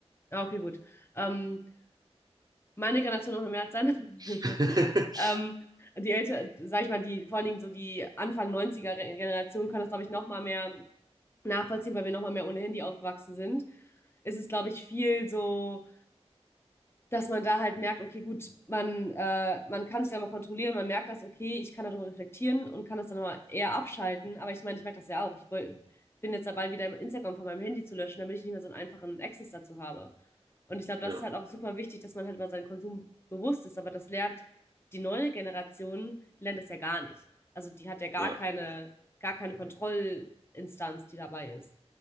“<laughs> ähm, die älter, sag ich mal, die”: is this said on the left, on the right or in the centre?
Left